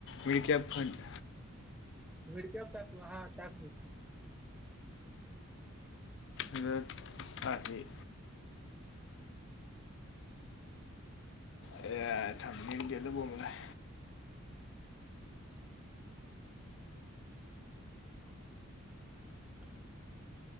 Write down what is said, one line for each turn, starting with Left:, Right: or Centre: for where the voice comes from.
Left: मिीड कॅप फंड
Centre: मिडक्या टाकू हा टाक मिड कॅप.
Left: मिरत आहे. अ थांब नेट गेलं बोंबलाय.
Centre: ह <unintelligible>